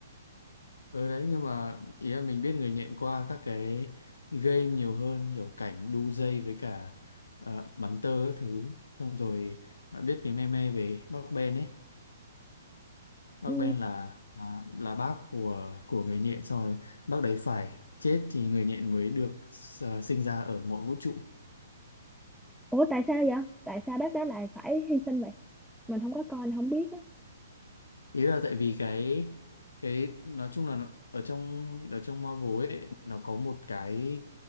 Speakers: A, on the left; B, in the centre.
A: Ừ đấy nhưng mà ý là mình biết người nhện qua các cái game nhiều hơn kiểu cảnh đu dây với cả ờ, bắn tơ các thứ xong rồi bạn biết cái meme về bác Ben ấy bác
B: ừ.
A: Ben là là là bác của của người nhện xong rồi bác đấy phải chết thì người nhện mới được ờ, sinh ra ở mọi vũ trụ
B: Ủa tại sao vậy? Tại sao bác đó lại phải hy sinh vậy? Mình không có coi, mình không biết á.
A: ý là tại vì cái cái nói chung là nó- ở trong ở trong Marvel ấy nó có một cái